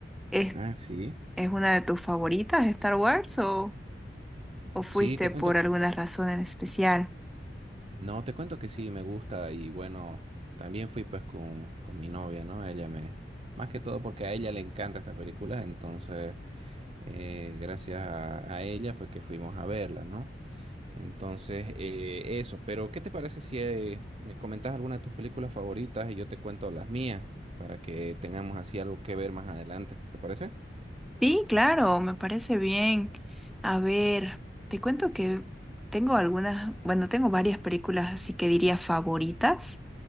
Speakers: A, in the centre; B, on the right.
A: ¿Es,
B: Ah, sí.
A: es una de tus favoritas, Star Wars, o, o fuiste
B: Sí, te cuento.
A: por alguna razón en especial?
B: No, te cuento que sí, me gusta y bueno, también fui pues con, con mi novia, ¿no? Ella me... Más que todo porque a ella le encanta esta película, entonces eh, gracias a, a ella fue que fuimos a verla, ¿no? Entonces, eh, eso. Pero, ¿qué te parece si eh, me comentas alguna de tus películas favoritas y yo te cuento las mías para que tengamos así algo que ver más adelante? ¿Te parece?
A: Sí, claro, me parece bien. A ver, te cuento que tengo algunas, bueno, tengo varias películas, así que diría favoritas.